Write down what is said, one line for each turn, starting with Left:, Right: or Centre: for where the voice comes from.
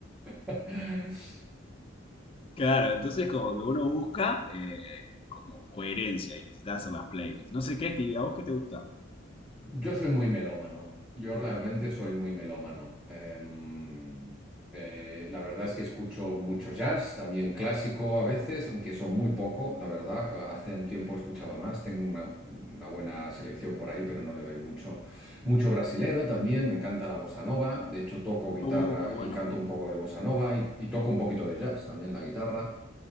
Centre: <laughs>
Left: claro, entonces como que uno busca eh, como coherencia y necesitas hacer las playlists. No sé qué, es que a vos qué te gusta.
Centre: Yo soy muy melómano, yo realmente soy muy melómano. Em, eh, la verdad es que escucho mucho jazz, también clásico a veces, aunque son muy poco, la verdad. Hace un tiempo escuchaba más, tengo una, una buena selección por ahí, pero no le doy mucho. Mucho brasilero también, me encanta la bossa nova, de hecho toco guitarra
Left: Uh, qué bueno.
Centre: y canto un poco de bossa nova y, y toco un poquito de jazz también la guitarra.